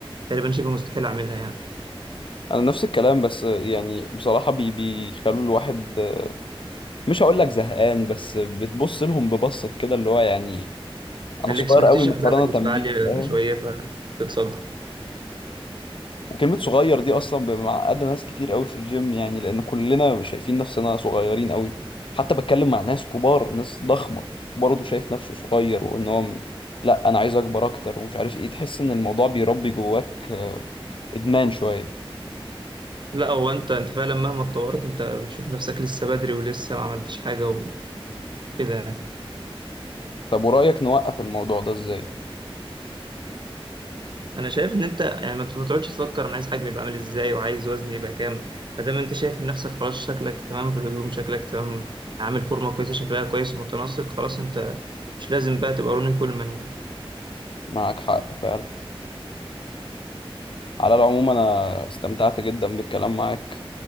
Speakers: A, on the right (about 50°); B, on the left (about 60°).
A: تقريبا شبه مستحيل أعملها يعني
B: انا نفس الكلام بس يعني بصراحة بي بيخلوا الواحد مش هقول لك زهقان بس بتبص لهم ببصة كده اللي هو يعني انا
A: الإكسبكتيشن
B: صغير قوي مقارنة
A: بتاعتك بتبقى عالية
B: بيه فاهم
A: شوية فبتصدم
B: وكلمة صغير دي أصلا ب- معقدة ناس كتير قوي في الجيم يعني لأن كلنا شايفين نفسنا صغيرين قوي حتى بتكلم مع ناس كبار ناس ضخمة برضه شايف نفسه صغير وإن هو م- لأ أنا عايز أكبر أكتر ومش عارف إيه تحس إن الموضوع بيربي جواك آه، إدمان شوية
A: لا هو أنت أنت فعلا مهما اتطورت أنت بتشوف نفسك لسه بدري ولسه ما عملتش حاجة وكده يعني.
B: طب ورأيك نوقف الموضوع ده إزاي؟
A: انا شايف ان انت يعني ما ما تقعدش تفكر انا عايز حجمي يبقى عامل ازاي وعايز وزني يبقى كام ما دام انت شايف نفسك خلاص شكلك تمام في الهدوم شكلك تمام عامل فورمه كويسه شكلها كويس ومتناسق خلاص انت مش لازم بقى تبقى روني كولمان يعني
B: معاك حق فعلا على العموم أنا استمتعت جدا بالكلام معاك